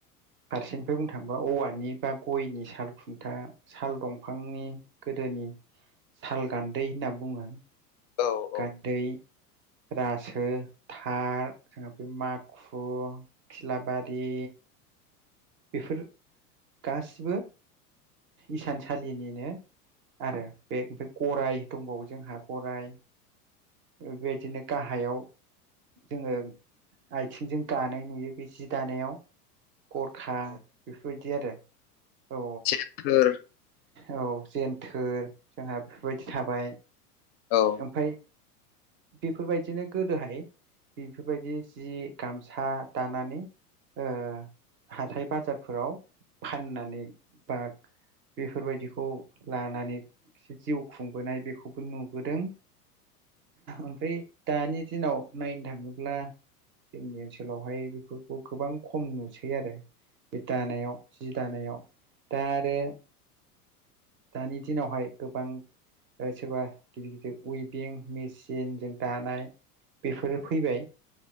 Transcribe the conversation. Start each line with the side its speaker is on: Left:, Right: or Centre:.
Right: फारसेनिफ्राय बुंनो थांङोबा औवानि बा गयनि साल खुन्था साल दंफांनि गोदोनि साल गान्दै होनना बुंङो
Left: औ
Right: गान्दै
Left: औ
Right: रासो थार जोंहा बे माखु खिलाबारि बेफोर गासिबो इसानसालिनिनो आरो बे ओमफ्राय गराय दंबावो जोंहा गराय बेबायदिनो गाहायाव जोंङो आथिंजों दानाय नुयो बे जि दानायाव गरखा बेफोरबायदि आरो औ
Left: जेनथोर
Right: औ जेन्थोर जोंहा बेफोरबायदि थाबाय
Left: औ
Right: ओमफाय बेफोरबायदिनो गोदोहाय बेफोरबायदि जि गामसा दानानै ओ हाथाय बाजारफोराव फाननानै बा बेफोरबायदिखौ लानानै जिउ खुंबोनाय बेखौबो नुबोदों ओमफ्राय दानि दिनाव नायनो थाङोब्ला जोंनि ओनसोलावहाय बेफोरखौ गोबां खम नुसै आरो बे दानायाव जि दानायाव दा आरो दानि दिनावहाय गोबां सोरबा गिदिर गिदिर उइभिं मेचिनजों दानाय बेफोरो फैबाय